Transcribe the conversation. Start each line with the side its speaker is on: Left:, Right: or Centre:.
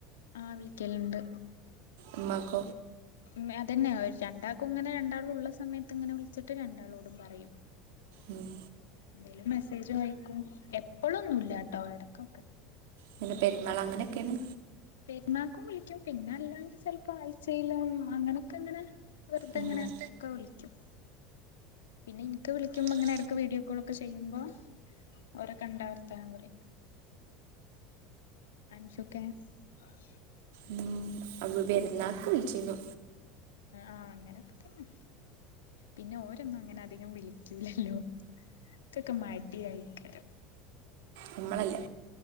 Left: ആ വിളിക്കലണ്ട്
Right: എക
Left: മ അതന്നെ ഒരു രണ്ടാൾക്കും ഇങ്ങനെ രണ്ടാൾ ഉള്ള സമയത്ത് ഇങ്ങനെ വിളിച്ചിട്ട പത്ത് രണ്ടാളോടും പറയും
Right: ഉം
Left: എന്തേലും മെസ്സേജ് കഴിക്കും എപ്പഴൊന്നുമല്ലാട്ടോ എടക്കൊക്കെ
Right: പിന്നെ പെരുമാൾ അങ്ങനെയൊക്കെയാണ്
Left: പെരുമാക്കും വിളിക്കും പിന്നെ അല്ലാണ്ട് ചപ്പോ ആ ചെയലം അങ്ങനെയൊക്കെ അങ്ങനെ വെറുതെങ്ങനെ
Right: ഉം
Left: ഒക്കെ വിളിക്കും പിന്നെ എനിക്ക് വിളിക്കുമ്പോ
Right: ഉം
Left: ഇങ്ങനെ ഇടക്ക് വീഡിയോ കോൾ ഒക്കെ ചെയ്യുമ്പോ ഓര കണ്ട വർത്തം കുറി അനഷുക്കെ അക്ഷ
Right: ഉ അവ വരുന്നാക്ക് വിളിച്ചിു
Left: ആഹ അങ്ങനെൊക്കെ തന്നെ പിന്നെ ഓരോന്നും അങ്ങനെ അധികം വിളിക്കൂലല്ലോ ഇൊക്കെ മാ ആയിക്ക
Right: നമ്മളല്ല